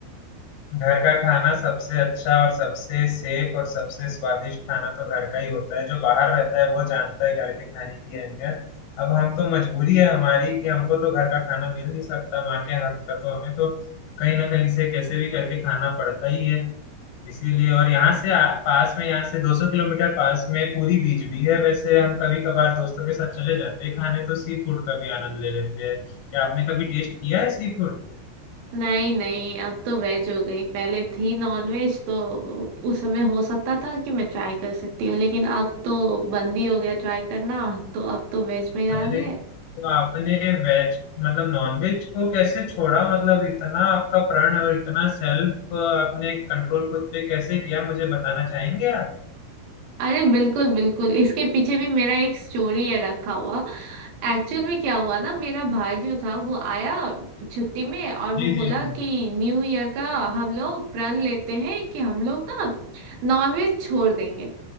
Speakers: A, on the left; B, on the right.
A: घर का खाना सबसे अच्छा और सबसे सेफ और सबसे स्वादिष्ट खाना तो घर का ही होता है जो बाहर रहता है वो जानता है घर के खाने की अहमियत अब हम तो मजबूरी है हमारी कि हमको तो घर का खाना मिल नहीं सकता माँ के हाथ का तो हमें तो कहीं ना कहीं से कैसे भी करके खाना पड़ता ही है इसीलिए और यहाँ से आ, पास में यहाँ से 200 किलोमीटर पास में पूरी बीच भी है वैसे हम कभी कभार दोस्तों के साथ चले जाते हैं खाने तो सी फूड का भी आनंद ले लेते हैं क्या आपने कभी टेस्ट किया है सी फूड
B: नहीं नहीं अब तो वेज हो गई पहले थी नॉन वेज तो उस समय हो सकता था कि मैं ट्राई कर सकती हूँ लेकिन अब तो बंद ही हो गया ट्राई करना तो अब तो वेज में आ
A: अरे
B: गए
A: तो आपने वेज मतलब नॉनवेज को कैसे छोड़ा मतलब इतना आपका प्रण और इतना सेल्फ आपने कंट्रोल खुद पे कैसे किया मुझे बताना चाहेंगे आप
B: अरे बिल्कुल बिल्कुल इसके पीछे भी मेरा एक स्टोरी है रखा हुआ एक्चुअल में क्या हुआ ना मेरा भाई जो था वो आया छुट्टी में और
A: जी
B: वो
A: जी
B: बोला
A: जी
B: कि न्यू ईयर का हम लोग प्रण लेते हैं कि हम लोग ना नॉनवेज छोड़ देंगे